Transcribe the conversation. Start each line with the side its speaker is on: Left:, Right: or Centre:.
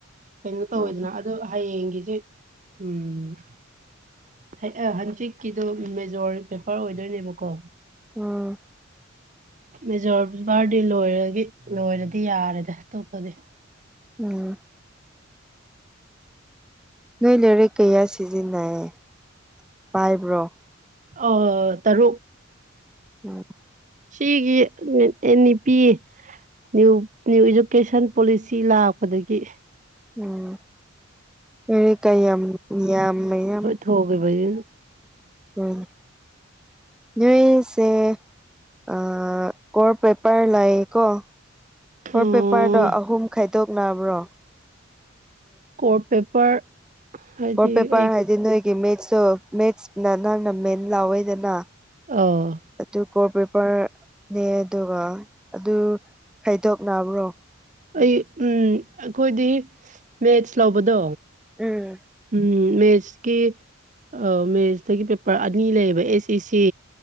Right: ꯀꯩꯅꯣ ꯇꯧꯋꯦꯗꯅ
Centre: ꯎꯝ
Right: ꯑꯗꯣ ꯍꯌꯦꯡꯒꯤꯁꯦ ꯎꯝ ꯍꯦ ꯑ ꯍꯪꯆꯤꯠꯀꯤꯗꯣ ꯃꯦꯖꯣꯔ ꯄꯦꯄꯔ ꯑꯣꯏꯗꯣꯏꯅꯦꯕꯀꯣ
Centre: ꯑꯥ
Right: ꯃꯦꯖꯣꯔ ꯄꯦꯄꯔꯗꯤ ꯂꯣꯏꯔꯗꯤ ꯂꯣꯏꯔꯗꯤ ꯌꯥꯔꯦꯗ ꯑꯇꯣꯞꯄꯗꯤ
Centre: ꯎꯝ ꯅꯣꯏ ꯂꯥꯏꯔꯤꯛ ꯀꯌꯥ ꯁꯤꯖꯤꯟꯅꯩ ꯄꯥꯏꯕ꯭ꯔꯣ
Right: ꯑꯥ ꯇꯔꯨꯛ
Centre: ꯎꯝ
Right: ꯁꯤꯒꯤ ꯑꯦ NEP new new education policy ꯂꯥꯛꯄꯗꯒꯤ
Centre: ꯎꯝ ꯃꯤ ꯀꯌꯥꯝ ꯌꯥꯝ ꯃꯌꯥꯝ
Right: ꯍꯧꯒꯤꯕꯏ
Centre: ꯎꯝ ꯅꯣꯏꯁꯦ ꯑꯥ ꯀꯣꯔ ꯄꯦꯄꯔ ꯂꯩꯀꯣ ꯀꯣꯔ
Right: ꯑꯣ
Centre: ꯄꯦꯄꯔꯗꯣ ꯑꯍꯨꯝ ꯈꯥꯏꯗꯣꯛ ꯅꯕ꯭ꯔꯣ
Right: ꯀꯣꯔ ꯄꯦꯄꯔ ꯍꯥꯏꯗꯤ
Centre: ꯀꯣꯔ ꯄꯦꯄꯔ
Right: ꯑꯩ
Centre: ꯍꯥꯏꯗꯤ ꯅꯣꯏꯒꯤ ꯃꯦꯠꯁꯇꯣ ꯃꯦꯠꯁꯅ ꯅꯪꯅ ꯃꯦꯟ ꯂꯧꯋꯦꯗꯅ
Right: ꯑꯥ
Centre: ꯑꯗꯨ ꯀꯣꯔ ꯄꯦꯄꯔ ꯅꯦ ꯑꯗꯨꯒ ꯑꯗꯨ ꯈꯥꯏꯗꯣꯛꯅꯕ꯭ꯔꯣ
Right: ꯑꯩ ꯎꯝ ꯑꯩꯈꯣꯏꯗꯤ ꯃꯦꯠꯁ ꯂꯧꯕꯗꯣ
Centre: ꯎꯝ
Right: ꯎꯝ ꯃꯦꯠꯁꯀꯤ ꯑ ꯃꯦꯠꯁꯇꯒꯤ ꯄꯦꯄꯔ ꯑꯅꯤ ꯂꯩꯌꯦꯕ ꯑꯦꯁ ꯏ ꯁꯤ